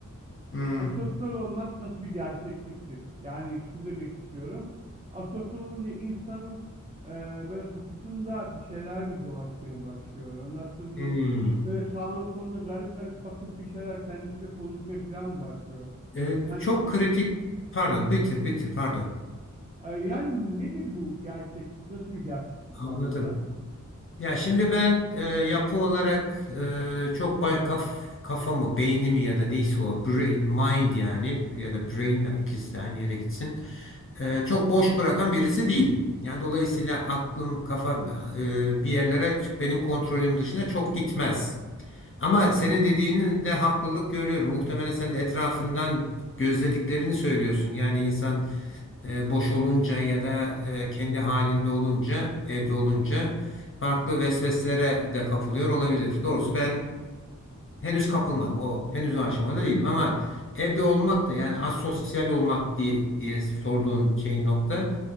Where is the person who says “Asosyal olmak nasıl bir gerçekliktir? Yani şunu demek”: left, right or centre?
Right